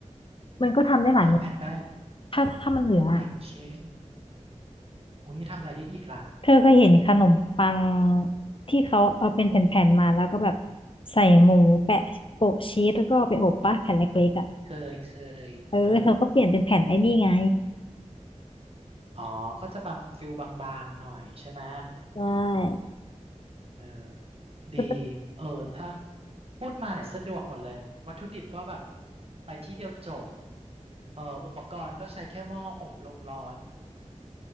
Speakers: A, on the left; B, on the right.
A: มันก็ทำได้หลายเมนู
B: เออแผ่นแป้ง
A: ถ้าถ้ามันเหลืออะ
B: อย่างเช่นอุ้ยทำอะไรได้อีกล่ะ
A: เธอเคยเห็นขนมปังที่เขาเอาเป็นแผ่นๆมาแล้วก็แบบใส่หมูแปะโปะชีสแล้วก็เอาไปอบปะแผ่นเล็กๆอ่ะ
B: เคยเคยเออ
A: เออเธอก็เปลี่ยนเป็นแผ่นไอ้นี่ไง
B: อ๋อก็จะบางฟิลบางๆหน่อยใช่ไหม
A: ใช่
B: เออดี
A: ก็จะ
B: เออถ้าพูดมาเนี่ยสะดวกหมดเลยวัตถุดิบก็แบบไปที่เดียวจบเอออุปกรณ์ก็ใช้แค่หม้ออบลมร้อน